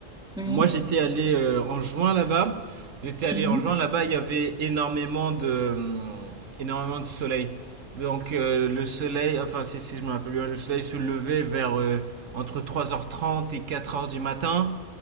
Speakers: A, in the centre; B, on the right.
A: Oui, oui,
B: Moi, j'étais allé euh, en juin là-bas. J'étais allé
A: Mhm.
B: en juin là-bas, il y avait énormément de, hum, énormément de soleil. Donc euh, le soleil, enfin si, si je me rappelle bien, le soleil se levait vers euh, entre trois heures trente et quatre heures du matin.